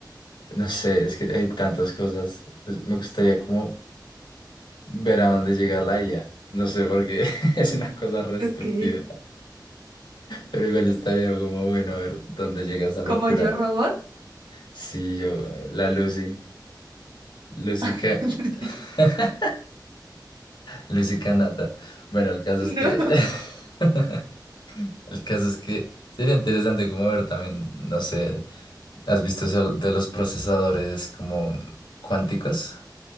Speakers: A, on the left; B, on the right.
A: no sé, es que hay tantas cosas. Pues me gustaría como ver a dónde llega la IA. No sé por qué, <laughs> es una cosa re estúpida.
B: Ok,
A: Pero igual estaría como bueno a ver dónde llega esa locura.
B: ¿como yo robot?
A: Sí, yo, eh, la Lucy, Lucy,
B: <laughs>
A: Ca- <laughs> Lucy Canata. Bueno, el caso
B: No.
A: es que, <laughs> el caso es que sería interesante como ver también, no sé, ¿has visto eso de los procesadores como cuánticos?